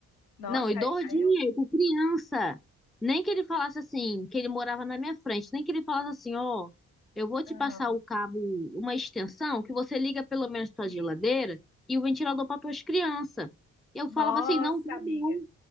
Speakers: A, on the left; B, in the centre.
A: Nossa,
B: Não, e
A: aí,
B: doidinha,
A: aí eu.
B: com criança. Nem que ele falasse assim, que ele morava na minha frente, nem que ele falasse assim, ó, eu vou te
A: Aham,
B: passar o cabo, uma extensão, que você liga pelo menos tua
A: sim.
B: geladeira e o ventilador para tuas crianças. Eu
A: Nossa,
B: falava assim, não, tá
A: amiga,
B: bom.